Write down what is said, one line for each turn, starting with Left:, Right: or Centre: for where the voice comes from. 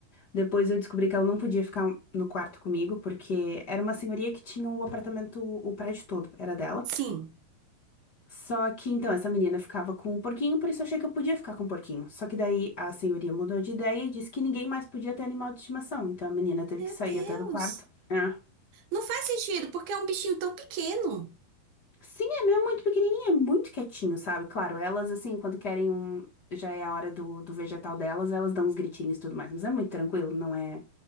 Left: Depois eu descobri que ela não podia ficar no quarto comigo, porque era uma senhoria que tinha o apartamento, o prédio todo, era dela.
Right: Sim.
Left: Só que então essa menina ficava com um porquinho, por isso eu achei que eu podia ficar com um porquinho. Só que daí a senhoria mudou de ideia e disse que ninguém mais podia ter animal de estimação. Então a menina teve
Right: Meu
Left: que sair
Right: Deus.
Left: até do quarto. É.
Right: Não faz sentido, porque é um bichinho tão pequeno.
Left: Sim, é meu, é muito pequenininho, é muito quietinho, sabe? Claro, elas assim, quando querem um. Já é a hora do, do vegetal delas, elas dão uns gritinhos e tudo mais. Mas é muito tranquilo, não é.